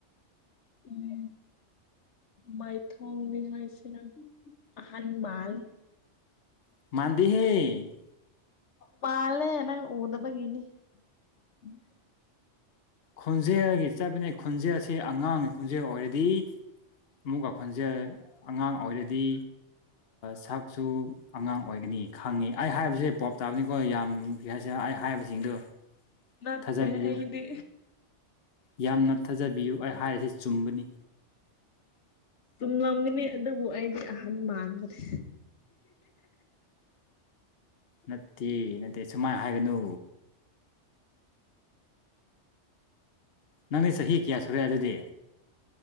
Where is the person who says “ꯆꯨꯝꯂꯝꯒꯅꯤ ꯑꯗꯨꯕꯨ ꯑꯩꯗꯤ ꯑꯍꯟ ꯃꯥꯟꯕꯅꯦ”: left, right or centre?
Left